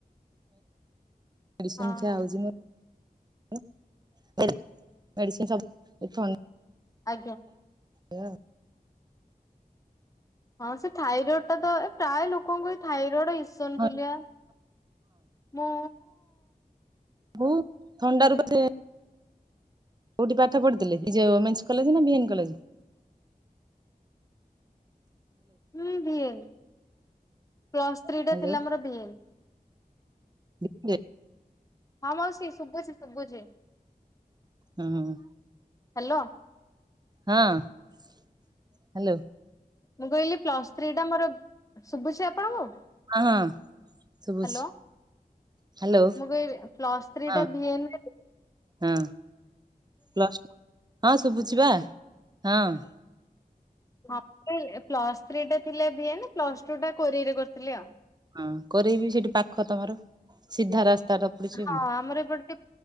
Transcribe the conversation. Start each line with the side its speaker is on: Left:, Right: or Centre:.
Right: ସଂଖ୍ୟା
Left: ହଁ ହଁ
Right: ହଉଛି ମୁଁ ମେଡିସିନ ସବ ଏ
Left: ଆଜ୍ଞା
Right: ଆ
Left: ହଁ ସେ ଥାଇରଏଡ ଟା ତ ଏ ପ୍ରାୟ ଲୋକଙ୍କୁ ଏଇ ଥାଇରଏଡ ଇସନ
Right: ହଁ
Left: ବୁଆ ମୁଁ
Right: ହଉ ଥଣ୍ଡ ର ବ କୋଉଠି ପାଠ ପଢିଥିଲେେ କଲେ ନା କଲେ
Left: ହୁଁ ଭଏଲ ପ୍ଲସ୍ ଥ୍ରୀ ଟା
Right: ହ୍ୟାଲୋ
Left: ଥିଲା ଆମର ଭଏଲ
Right: ହ
Left: ହଁ ମାଉସୀ ଶୁଭୁଛି ସବୁଛି
Right: ହୁଁ ହ
Left: ହ୍ୟାଲୋ
Right: ହଁ ହ୍ୟାଲୋ
Left: ମୁଁ କହିଲି ପ୍ଲସ୍ ଥ୍ରୀ ଟା ମୋର ଶୁଭୁଛି ଆପଣଙ୍କୁ ହ୍ୟାଲୋ
Right: ହଁ ହଁ ଶୁଭୁଛି ହ୍ୟାଲୋ
Left: ମୁଁ ଫ୍ସ୍ତ୍ରୀ
Right: ହଁ
Left: ଟାନ
Right: ହଁ ପ ହଁ ଶୁଭୁଛି ବା ହଁ
Left: ହଁ ପ୍ଲସ ଥ୍ରୀ ଟା ଥିଲେ ବିଏ ପ୍ଲସ ଟୁ ଟା କୋରେ କରିଥିଲି ଆଉ
Right: ହଁ କରେଇବି ସେଇଠି ପାଖ ତମର ସିଧା ରାସ୍ତା ଟା ପଡିଛି
Left: ହଁ
Right: ଆଉ।
Left: ଆମର ଏପଟ ଟେ